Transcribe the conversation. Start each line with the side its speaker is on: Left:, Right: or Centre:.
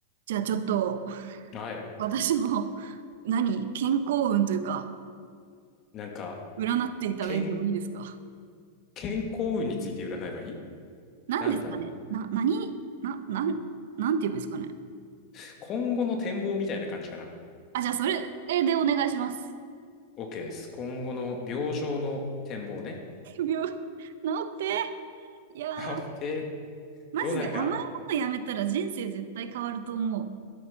Right: じゃあちょっと
Left: はい。
Right: 私の何健康運というか
Left: なんか、
Right: 占っていただいてもいいですか
Left: 健、健康運について占えばいい
Right: 何ですかねな、
Left: なんだろ
Right: 何な、なん、なんて言えばいいですかね
Left: う。今後の展望みたいな感じかな。
Right: あ、じゃあそれでお願いします。
Left: OK です。今後の病状の展望ね。
Right: 病、治って。いやー、
Left: <laughs> 治って
Right: マジで甘いものやめたら人生絶対変わると思
Left: どうなるか。